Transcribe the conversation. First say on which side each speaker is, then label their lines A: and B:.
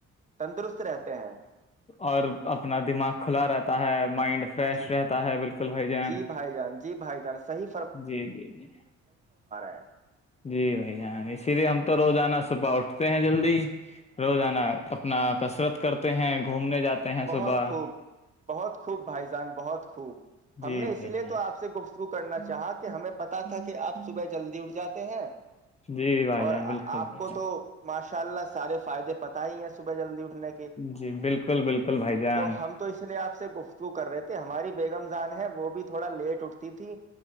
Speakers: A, on the right (about 25°); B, on the left (about 20°).
A: تندرست رہتے ہیں
B: اور اپنا دماغ کھلا رہتا ہے مائنڈ فریش
A: جی
B: رہتا ہے بالکل بھائی جان
A: جی بھائی جان جی بھائی جان صحیح
B: جی جی جی
A: ہ
B: جی بھائی جان اسی لیے ہم تو روز آانہ صبح اٹھتے ہیں جلدی روزانا اپنا کثرت کرتے ہیں گھومنے جاتے ہیں
A: بہت
B: صبح
A: خوب بہت خوب بھائی جان بہت خوب ہم
B: جی
A: نے
B: بھائی
A: اسی لیے
B: جان
A: تو آپ سے گفت شر کرنا چاہا کہ ہمیں پتتا تھا کہ آپ صبح جلدی اٹھ جاتے ہیں
B: جی بھائی
A: اور
B: جان بالکل
A: آپ
B: بھائی
A: کو تو ماش ان شاء اللہ سارے فائدے پتہ ہی ہے صبح جلدی اٹھنے کے
B: جی بالکل بالکل بھائی جان
A: تو ہم تو اس لیے آپ سے گف کر رہے تھے ہماری بیگمزان ہے وہ بھی تھوڑا لیٹ اٹھتی تھی